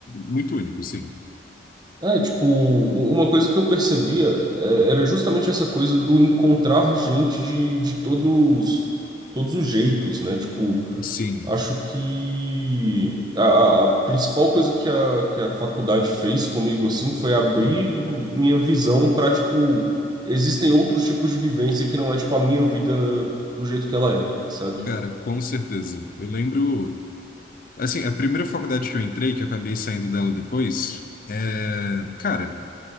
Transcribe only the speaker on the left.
muito único, sim.
Sim,
cara, com certeza. Eu lembro, assim, a primeira faculdade que eu entrei, que eu acabei saindo dela depois, é, cara.